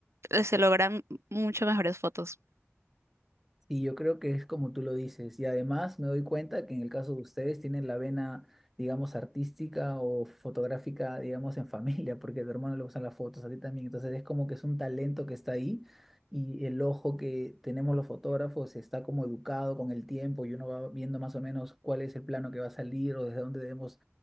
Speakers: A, on the right (about 70°); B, in the centre.
A: eh, se logran mucho mejores fotos.
B: Y yo creo que es como tú lo dices. Y además me doy cuenta que en el caso de ustedes tienen la vena, digamos, artística o fotográfica, digamos, en familia, porque a tu hermano le gustan las fotos, a ti también. Entonces es como que es un talento que está ahí y el ojo que tenemos los fotógrafos está como educado con el tiempo y uno va viendo más o menos cuál es el plano que va a salir o desde dónde debemos